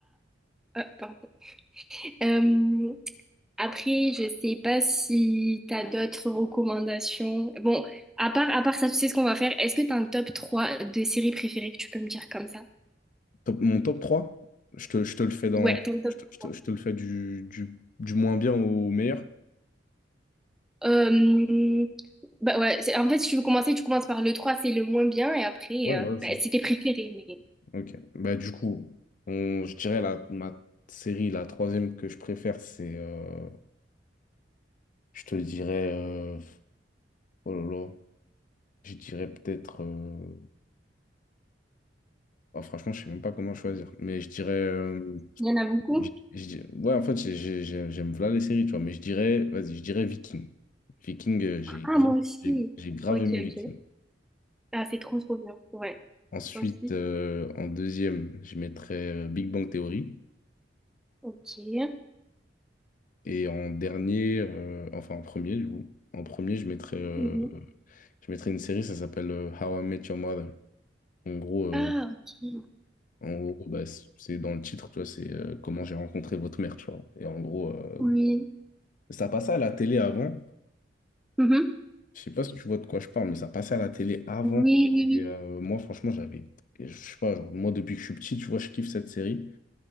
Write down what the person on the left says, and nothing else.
Top- mon top 3 je te, je te le fais dans.
Je te,
je te- je te le fais du, du, du moins bien au meilleur.
Ouais,
voilà ça.
Ok. Bah, du coup, on, je dirais la, ma série, la troisième que je préfère, c'est. euh, je te dirais. euh, oh là là. Je dirais peut-être. euh, ah, franchement, je sais même pas comment choisir. Mais je dirais. euh,
Je- je- ouais, en fait, j'ai- j'ai- j'ai- j'aime voilà les séries, tu vois, mais je dirais, vas-y, je dirais Viking. Viking, euh, j'ai
grave,
j'ai- j'ai grave
aimé Viking.
Ensuite,
euh, en deuxième, je mettrais euh, Big Bang Theory.
Et en dernier, euh, enfin en premier, du coup, en premier, je mettrais, euh,
je mettrais une série, ça s'appelle euh, How I Met Your Mother. En gros, euh,
en gros bah, c- c'est dans le titre, tu vois, c'est euh, comment j'ai rencontré votre mère, tu vois. Et en gros, euh,
ça passait à la télé avant.
Je sais pas si tu vois de quoi je parle, mais ça passait à la télé avant.
Et euh, moi, franchement, j'avais. Je sais pas, genre, moi, depuis que je suis petit, tu vois, je kiffe cette série.